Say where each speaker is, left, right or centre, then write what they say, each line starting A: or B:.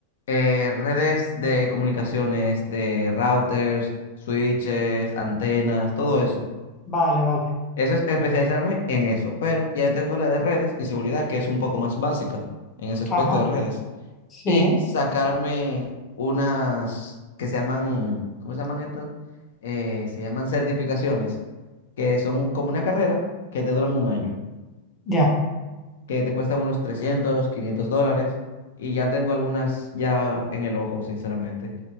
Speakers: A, on the left; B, on the left.
A: eh, redes de comunicaciones, de routers, switches, antenas, todo eso.
B: Vale, vale.
A: Eso es especializarme en eso, pero ya yo tengo la de redes y seguridad, que es un poco más básica en ese aspecto
B: Ajá.
A: de redes.
B: Sí,
A: Y sacarme unas que se llaman, ¿cómo se llaman estas? Eh, se llaman certificaciones, que son como una carrera que te duran un año
B: ya.
A: que te cuestan unos 300 500 dólares y ya tengo algunas ya en el ojo, sinceramente.